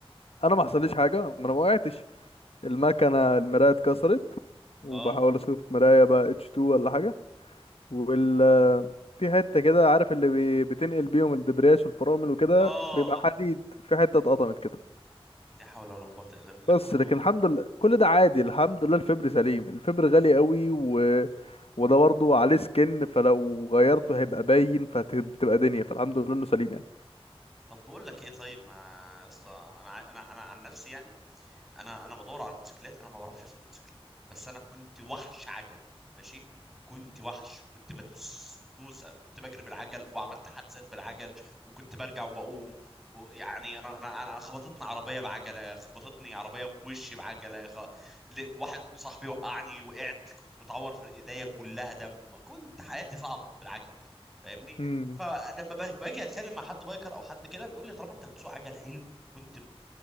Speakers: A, on the left; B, in the centre.
A: انا ما حصليش حاجه ما انا ما وقعتش المكنه المرايه اتكسرت وبحاول
B: اه
A: اشوف مرايه بقى اتش 2 ولا حاجه وال في حته كده عارف اللي بي... بتنقل بيهم الدبرياش والفرامل وكده
B: اه
A: بيبقى حديد في حته اتقطمت كده
B: لا حول ولا قوة الا بالله
A: بس
B: كله
A: لكن الحمد لله كل ده عادي الحمد لله الفبر سليم الفبر غالي قوي و... وده برضه عليه سكن فلو غيرته هيبقى باين فتبقى دنيا فالحمد لله انه سليم يعني
B: طب بقول لك ايه طيب ما يا اسطى انا ع- انا انا عن نفسي يعني انا انا بدور على موتوسيكلات انا ما بعرفش اسوق موتوسيكلات بس انا كنت وحش عجل ماشي كنت وحش كنت بدوس دوسه كنت بجري بالعجل وعملت حادثات بالعجل وكنت برجع وبقوم ويعني انا انا انا خبطتني عربيه بعجله خبطتني عربيه في وشي بعجله خ... ل- واحد صاحبي وقعني وقعت كنت متعور في ايديا كلها دم كنت حياتي صعبه بالعجل فاهمني
A: امم
B: فلما باجي باجي اتكلم مع حد بايكر او حد كده بيقول لي طالما انت بتسوق عجل حلو كنت